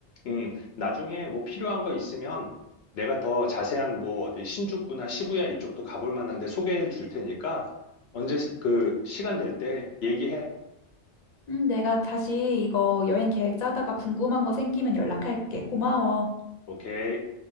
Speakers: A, on the left; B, on the left.
A: 음, 나중에 뭐 필요한 거 있으면 내가 더 자세한 뭐 어디 신주쿠나 시부야 이쪽도 가볼 만한데 소개해 줄 테니까 언제 시- 그 시간 될 때 얘기해.
B: 음, 내가 다시 이거 여행 계획 짜다가 궁금한 거 생기면 연락할게. 고마워.
A: 오케이.